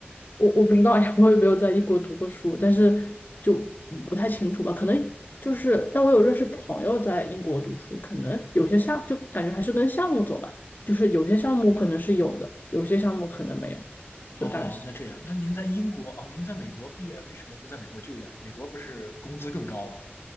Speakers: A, on the left; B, on the left.
A: 我我不知道呀，我也没有在英国读过书，但是就不太清楚吧，可能就是，但我有认识朋友在英国读书，可能有些项就感觉还是跟项目走吧，就是有些项目可能是有的，有些项目可能没有，就大概是。
B: 哦，那这样，那您在英国哦，您在美国毕业，为什么不在美国就业呢？美国不是工资更高吗？